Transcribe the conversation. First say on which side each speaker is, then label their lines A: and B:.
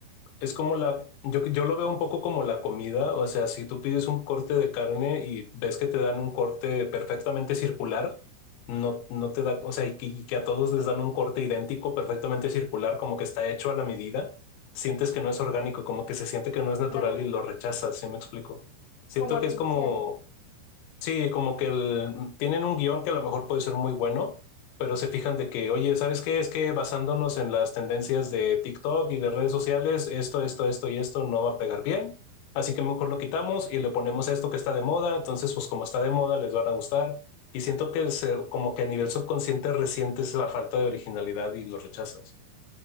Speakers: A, on the left (about 85°); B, on the left (about 70°).
A: es como la, yo, yo lo veo un poco como la comida, o sea, si tú pides un corte de carne y ves que te dan un corte perfectamente circular, no, no te da, o sea, y que, y que a todos les dan un corte idéntico, perfectamente circular, como que está hecho a la medida, sientes que no es orgánico, como que se siente que no es natural
B: claro,
A: y lo rechazas, ¿sí me explico? Siento
B: como artificial.
A: que es como Sí, como que el- tienen un guión que a lo mejor puede ser muy bueno, pero se fijan de que, oye, ¿sabes qué? Es que basándonos en las tendencias de TikTok y de redes sociales, esto, esto, esto y esto no va a pegar bien, así que mejor lo quitamos y le ponemos esto que está de moda, entonces pues como está de moda les van a gustar y siento que se- como que a nivel subconsciente resientes la falta de originalidad y lo rechazas.